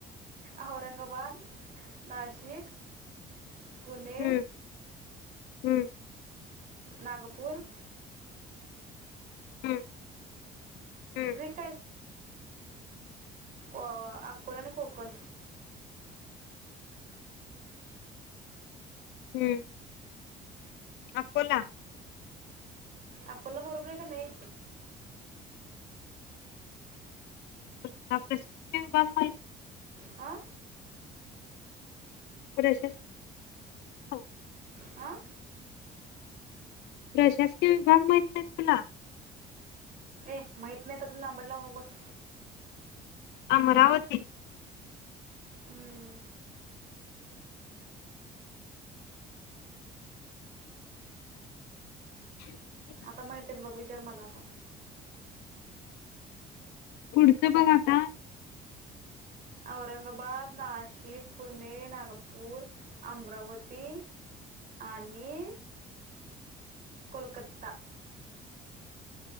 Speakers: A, on the right; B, on the left.
A: औरंगाबाद नाशिक पुणे
B: हम्म हम्म
A: नागपूर
B: हम्म हम्म
A: ट्रिक अ अकोला आणि कोकण
B: हम्म अकोला
A: अकोला बरोबर आहे का नाही
B: प्रशती बघ माहिती
A: आा
B: प्रेश हा
A: आ
B: प्रशासकीय विभाग माहित नाही तुला
A: ए माहित नाही तु लांबड लावू नकोस
B: अमरावती
A: हम्म.
B: ह
A: आता माहित आहेत बघ विचार मला आता
B: पुढचं बघ आता
A: औरंगाबाद नाशिक पुणे पुणे नागपूर अमरावती आणि कोलकत्ता